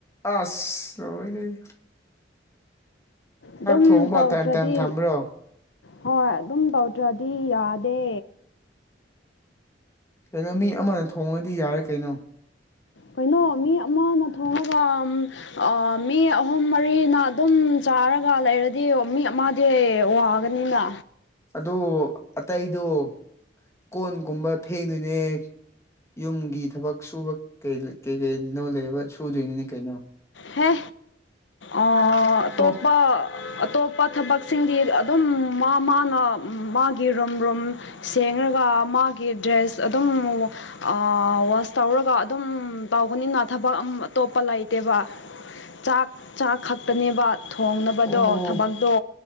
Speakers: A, on the left; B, on the left.
A: ꯑꯁ! ꯂꯣꯏꯔꯦꯍꯦ꯫
B: ꯑꯗꯨꯝ
A: ꯊꯣꯡꯕ
B: ꯇꯧꯗ꯭ꯔꯗꯤ
A: ꯇꯟ ꯇꯟ ꯊꯝꯕ꯭ꯔꯣ
B: ꯍꯣꯏ ꯑꯗꯨꯝ ꯇꯧꯗ꯭ꯔꯗꯤ ꯌꯥꯗꯦ꯫
A: ꯀꯩꯅꯣ ꯃꯤ ꯑꯃꯅ ꯊꯣꯡꯉꯗꯤ ꯌꯥꯔꯦ ꯀꯩꯅꯣ꯫
B: ꯀꯩꯅꯣ ꯃꯤ ꯑꯃ ꯑꯃ ꯊꯣꯡꯉꯒ ꯑꯝ ꯑꯥ ꯃꯤ ꯑꯍꯨꯝ ꯃꯔꯤꯅ ꯑꯗꯨꯝ ꯆꯥꯔꯒ ꯂꯩꯔꯗꯤ ꯃꯤ ꯑꯃ ꯗꯦ ꯋꯥꯒꯅꯤꯅꯥ
A: ꯑꯗꯣ ꯑꯇꯩꯗꯣ ꯀꯣꯟꯒꯨꯝꯕ ꯐꯦꯡꯗꯨꯢꯅꯦ ꯌꯨꯝꯒꯤ ꯊꯕꯛ ꯁꯨꯕ ꯀꯩꯜ ꯀꯩꯂꯩꯅꯣ ꯂꯩꯕ ꯁꯨꯗꯨꯏꯅꯤꯅꯦ ꯀꯩꯅꯣ
B: ꯍꯦ ꯑꯥ ꯑꯇꯣꯞꯄꯥ
A: ꯍꯣ
B: ꯑꯇꯣꯞꯄ ꯊꯕꯛꯁꯤꯡꯗꯤ ꯑꯗꯨꯝ ꯃꯥ ꯃꯥꯅ ꯃꯥꯒꯤ ꯔꯨꯝ ꯔꯨꯝ ꯁꯦꯡꯔꯒ ꯃꯥꯒꯤ ꯗ꯭ꯔꯦꯁ ꯑꯗꯨꯝ ꯑꯥ ꯋꯥꯁ ꯇꯧꯔꯒ ꯑꯗꯨꯝ ꯇꯧꯒꯅꯤꯅꯥ ꯊꯕꯛ ꯑꯝ ꯑꯇꯣꯞꯄ ꯂꯩꯇꯦꯕ ꯆꯥꯛ ꯆꯥꯛ ꯈꯛꯇꯅꯦꯕ ꯊꯣꯡꯅꯕꯗꯣ
A: ꯑꯣ
B: ꯊꯕꯛꯗꯣ